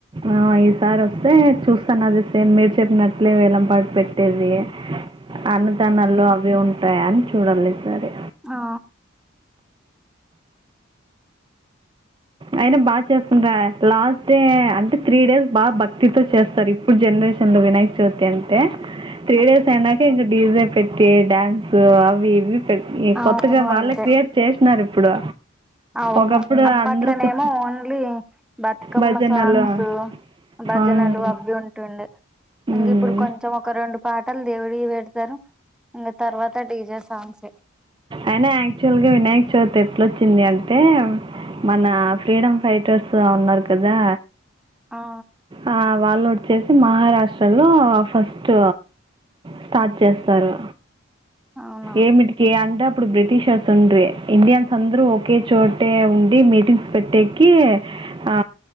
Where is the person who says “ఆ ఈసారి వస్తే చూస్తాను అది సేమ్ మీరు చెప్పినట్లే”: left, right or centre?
Right